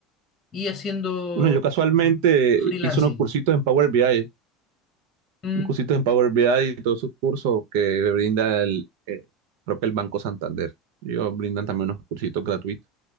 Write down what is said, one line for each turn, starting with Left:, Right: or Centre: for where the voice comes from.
Left: Y haciendo
Right: Bueno, yo casualmente
Left: fr- freelancing.
Right: hice unos cursitos en Power BI.
Left: Mm,
Right: cursitos en Power BI y todos sus cursos que brinda el, eh, creo que el Banco Santander. Ellos brindan también unos cursitos gratuitos,